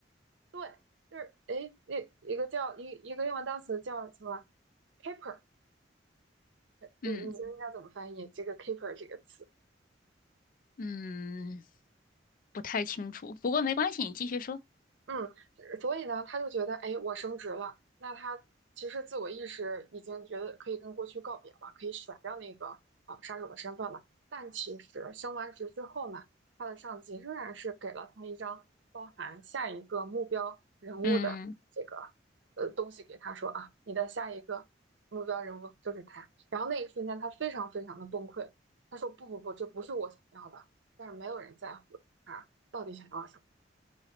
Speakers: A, on the right; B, on the left.
A: 对，就是诶，那一个叫一一个英文单词叫什么？keeper，你你觉得应该怎么翻译这个
B: 嗯
A: keeper 这个词？
B: 嗯，不太清楚，不过没关系，你继续说。
A: 嗯，所以呢，他就觉得，哎，我升职了，那他其实自我意识已经觉得可以跟过去告别了，可以甩掉那个啊、呃杀手的身份了。但其实升完职之后呢，他的上级仍然是给了他一张包含下一个目标人物的这个呃东西给他说啊，
B: 嗯，
A: 你的下一个目标人物就是他。然后那一瞬间，他非常非常的崩溃，他说不不不，这不是我想要的，但是没有人在乎他到底想要什么。